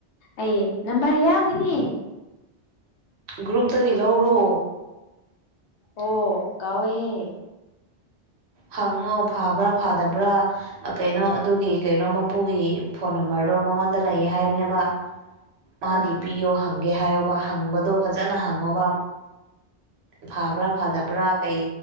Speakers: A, on the left (about 85°); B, on the right (about 70°).
A: ꯑꯩ ꯅꯝꯕꯝꯕꯔ ꯌꯥꯎꯗꯤꯅꯦ
B: ꯒ꯭ꯔꯨꯞꯇꯒꯤ ꯂꯧꯔꯣ
A: ꯑꯣ ꯀꯥꯎꯋꯦꯍꯦ
B: ꯍꯪꯉꯣ ꯐꯕ꯭ꯔꯥ ꯐꯥꯗꯕ꯭ꯔꯥ ꯀꯩꯅꯣ ꯑꯗꯨꯒꯤ ꯀꯩꯅꯣ ꯃꯄꯨꯒꯤ ꯐꯣꯟ ꯅꯝꯕꯔꯗꯣ ꯃꯉꯣꯟꯗ ꯂꯩ ꯍꯥꯏꯕꯅꯦꯕ ꯃꯥꯒꯤ
A: ꯑꯥ
B: ꯄꯤꯌꯣ ꯍꯪꯒꯦ ꯍꯥꯏꯌꯣꯕ ꯍꯪꯕꯗꯣ ꯐꯖꯅ ꯍꯪꯉꯣꯕ ꯐꯥꯕ꯭ꯔꯥ ꯐꯥꯗꯕ꯭ꯔꯥ ꯀꯩ